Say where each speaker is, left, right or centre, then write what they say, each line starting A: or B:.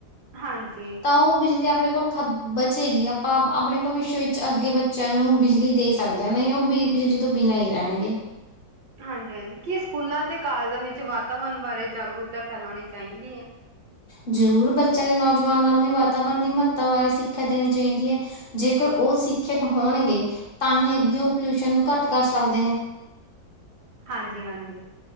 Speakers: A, on the right (about 65°); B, on the left (about 45°).
A: ਹਾਂਜੀ।
B: ਤਾਂ ਉਹ ਬਿਜਲੀ ਆਪਣੇ ਕੋਲ ਖ ਬਚੇਗੀ, ਆਪਾਂ ਆਪਣੇ ਭਵਿੱਸ਼ ਵਿੱਚ, ਅੱਗੇ ਬੱਚਿਆਂ ਨੂੰ ਬਿਜਲੀ ਦੇ ਸਕਦੇ। ਤੇ ਨਹੀਂ, ਉਹ ਬ ਬਿਜਲੀ ਤੋਂ ਬਿਨਾਂ ਹੀ ਰਹਿਣਗੇ।
A: ਹਾਂਜੀ- ਹਾਂਜੀ, ਕੀ ਸਕੂਲਾਂ ਤੇ ਕਾਲਜਾਂ ਵਿੱਚ ਵਾਤਾਵਰਨ ਬਾਰੇ ਜਾਗਰੂਕਤਾ ਫੈਲਾਉਣੀ ਚਾਹੀਦੀ ਹੈ?
B: ਜ਼ਰੂਰ ਬੱਚਿਆਂ ਦੇ ਨੌਜਵਾਨਾਂ ਨੂੰ ਹੀ ਵਾਤਾਵਰਨ ਦੀ ਮਹੱਤਤਾ ਬਾਰੇ ਸਿੱਖਿਆ ਦੇਣੀ ਚਾਹੀਦੀ ਐ। ਜੇਕਰ ਉਹ ਸਿੱਖਿਅਕ ਹੋਣਗੇ ਤਾਂ ਹੀ ਅੱਗੇ ਉਹ ਪੋਲਿਊਸ਼ਨ ਨੂੰ ਘੱਟ ਕਰ ਸਕਦੇ ਨੇ।
A: ਹਾਂਜੀ, ਹਾਂਜੀ।